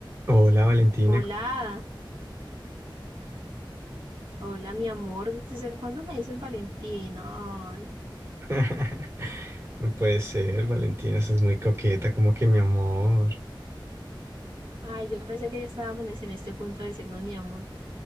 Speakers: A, on the right (about 30°); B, on the right (about 70°).
A: Hola Valentina.
B: Hola, hola mi amor, ¿desde cuándo me dices Valentino? Ay,
A: <laughs> No puede ser, Valentina, sos muy coqueta, como que mi amor.
B: ay, yo pensé que ya estábamos en este este punto de decirnos mi amor.